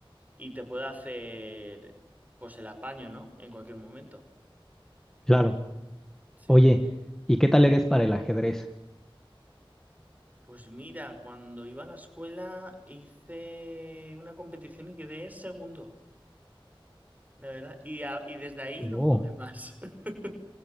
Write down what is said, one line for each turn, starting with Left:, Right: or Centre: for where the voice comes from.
Right: y te puede hacer pues el apaño, ¿no? En cualquier momento.
Centre: Claro.
Right: Sí.
Centre: Oye, ¿y qué tal eres para el ajedrez?
Right: Pues mira, cuando iba a la escuela hice una competición y quedé segundo, la verdad. Y, a- y desde ahí
Centre: Oh,
Right: no jugué más. <laughs>